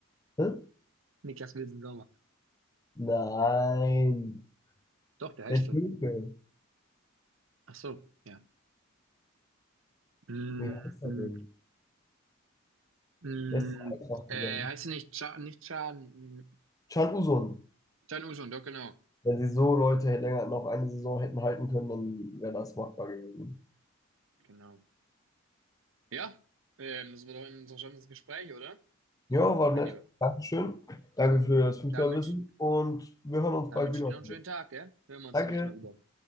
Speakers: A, on the left; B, on the right.
A: Hä?
B: Niklas Wilson Sommer.
A: Nein,
B: Doch, der heißt
A: der
B: so.
A: Türke.
B: Ach so, ja. Mm,
A: Wie heißt er
B: mm,
A: denn?
B: mm,
A: Wer ist denn Eintracht
B: äh,
A: gegangen?
B: heißt sie nicht Can, nicht Can, mm,
A: Chan Uzun,
B: Can Usun, doch, genau.
A: Wenn sie so Leute hätte- länger noch eine Saison hätten halten können, dann wäre das machbar gewesen.
B: Genau. Ja, ähm, das war doch ein interessantes Gespräch, oder?
A: Ja, war
B: Mein
A: nett.
B: Lieber.
A: Dankeschön. Danke für das Fußballwissen
B: Dann wünsche ich,
A: und wir hören uns
B: dann
A: bald
B: wünsche
A: wieder.
B: ich dir noch einen schönen Tag, gell? Hören wir uns
A: Danke.
B: demnächst mal wieder.